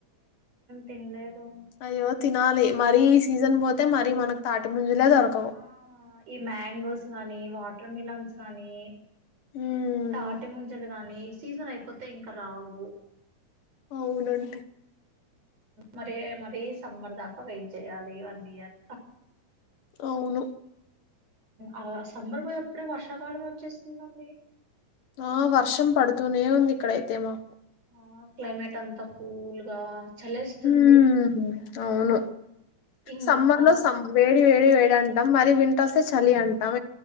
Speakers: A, on the right; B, on the left.
A: తిలేదు
B: అయ్యో తినాలి మరీ ఈ సీజన్ పోతే మరీ మనకు తాటి తు ముంజలే దోరక
A: ఆ
B: వ్
A: ఈ మ్యాంగోస్ గానీ వాటర్ మిలన్స్ గానీ
B: ఉమ్
A: తాటి ముంజలు గాని స్ సీజన్ అయిపోతే ఇంక రావు
B: అవునండి
A: మరే మరీ సమ్మర్ దాకా వెయిట్ చేయాలి వన్ ఇయర్
B: అవును
A: ఆ సమ్మర్ పోయి ఎప్పుడే వర్షాకాలం వచ్చేస్తుందండి
B: ఆ వర్షం పడుతూనే ఉంది ఇక్కడైతే మాకు
A: ఆ క్లైమేట్ అంతా కూల్గా చలేస్తుంది
B: ఉమ్ అవును
A: ఇంకా
B: సమ్మర్ లో సమ్ వేడి వేడి అంటాం మరి వింత వస్తే చలి అంటాం